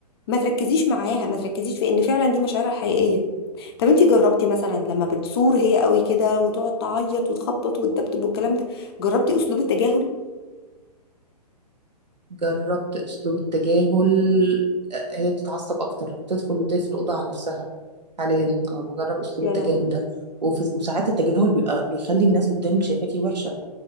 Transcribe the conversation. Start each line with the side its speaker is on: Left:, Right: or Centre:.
Left: ما تركزيش معاها ما تركزيش في ان فعلا دي مشاعرها الحقيقية طب انت جربتي مثلا لما بتصور هي قوي كده وتقعد تعيط وتخبط وتدبدب والكلام ده جربتي اسلوب التجاهل
Right: جربت اسلوب التجاهل آه، هي بتتعصب اكتر بتدخل وتقفل الاوضه على نفسها حاليا اه بجرب اسلوب
Left: يا
Right: التجاهل
Left: لهوي
Right: ده وفي وساعات التجاهل بيبقى بيخلي الناس قدامك شايفاكي وحشه